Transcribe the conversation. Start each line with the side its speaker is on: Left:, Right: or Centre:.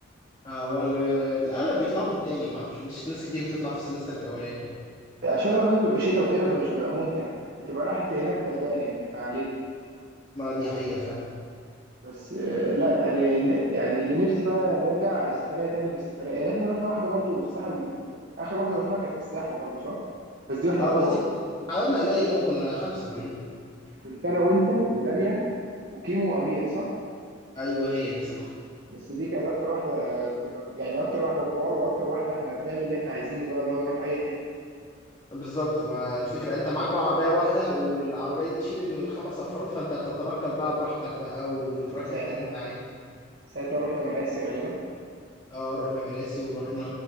Left: آه، هو ال- الأغلب بيطلعوا في التاني ما أعرفش مش ناس كتير بتطلع في السمستر الأولاني يعني
Right: عشان الاولاني بيبقى شتاء وكده فمش بيبقى ممتع بتبقى راحة هناك بردان يعني فعليه
Left: ما دي حقيقة فعلا
Right: بس آه، لا يعني يعني اللي نفسي بقى نرجع سفرية تاني من السفرية يعني احنا رحنا واحدة برضو الساحل آخر واحدة رحناها كانت في الساحل برضو صح بس دي واحنا
Left: أه
Right: كبار
Left: بس دي عددنا قليل أوي كنا خمسة كلنا
Right: كنت أنا وأنت ودانيال وكيمو وأمير صح
Left: أيوه هي دي صح
Right: بس دي كانت أكتر واحدة كنا يعني أكتر واحدة كبار وأكتر واحدة احنا بنعمل اللي احنا عايزينه بقى اللي هو نروح أي حتة
Left: بالظبط ما الفكرة أنت معاك بقى عربية واحدة والعربية دي تشيل الخمس أفراد فأنت بتتنقل بقى براحتك بقى وتروح
Right: مم،
Left: الحتة
Right: ساعتها
Left: اللي مم. أنت عايزها
Right: ساعتها رحنا مراسي غالبا
Left: أه رحنا مراسي ورحنا